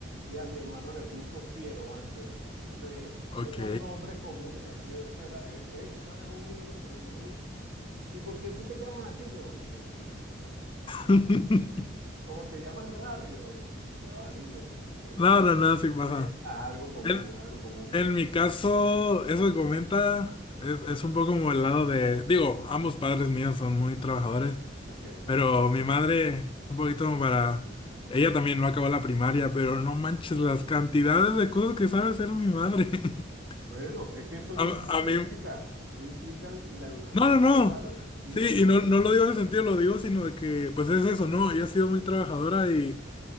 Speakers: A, on the right; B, on the left.
A: y a mi hermano le puso Piero Anthony. Entonces,
B: ok.
A: no son nombres comunes de aquí de Venezuela. De, de hecho, una vez un niño me dijo a mí, ¿y por qué tú te llamas así? Yo, bueno, pero
B: <laughs>
A: <laughs> como te llamas raro, yo, ya va, niño, este,
B: No, no, no, sí pasa.
A: eh, haz algo común,
B: En,
A: es algo común.
B: en mi caso, eso que comenta es, es un poco como el lado de, digo, ambos padres míos son muy trabajadores,
A: Ok.
B: pero mi madre, un poquito como para, ella también no acabó la primaria, pero no manches las cantidades de cosas que sabe hacer mi madre. <laughs>
A: Bueno, es que eso no
B: A,
A: impl-
B: a
A: no
B: mí,
A: implica, no implica la educación
B: No,
A: como
B: no, no.
A: tal, sino
B: Sí,
A: que,
B: y no, no lo digo en ese sentido, lo digo, sino de que, pues es eso, ¿no? Ella ha sido muy trabajadora y